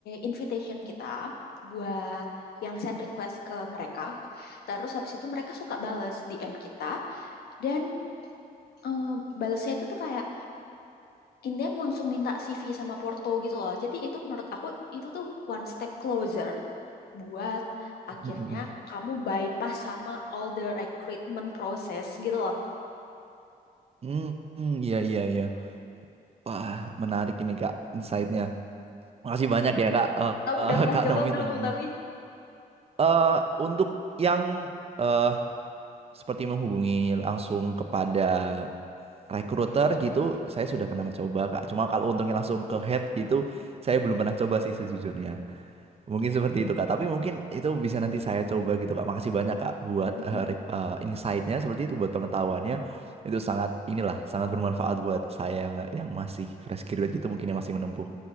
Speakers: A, on the left (about 85°); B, on the right (about 40°).
A: invitation kita buat yang send request ke mereka. Terus habis itu mereka suka bales DM kita dan eh, balesnya itu tuh kayak in them langsung minta CV sama Porto gitu loh. Jadi itu menurut aku itu tuh one step closer buat akhirnya
B: Mm-mm.
A: kamu bypass sama all the recruitment process gitu loh.
B: Mm-mm, Iya iya iya. Wah, menarik ini Kak insight-nya. Makasih banyak ya Kak eh,
A: Kamu
B: eh,
A: udah pernah
B: <laughs> Kak
A: coba
B: Naomi
A: belum
B: sebelumnya.
A: tapi?
B: Eh, untuk yang eh seperti menghubungi langsung kepada recruiter gitu, saya sudah pernah mencoba Kak. Cuma kalau untungnya langsung ke head gitu, saya belum pernah coba sih sejujurnya. Mungkin seperti itu Kak, tapi mungkin itu bisa nanti saya coba gitu Kak. Makasih banyak Kak buat
A: Mm-mm.
B: eh, rek- eh, insight-nya seperti itu buat pengetahuannya. Itu sangat inilah sangat bermanfaat buat saya yang yang masih fresh graduate gitu mungkin yang masih menempuh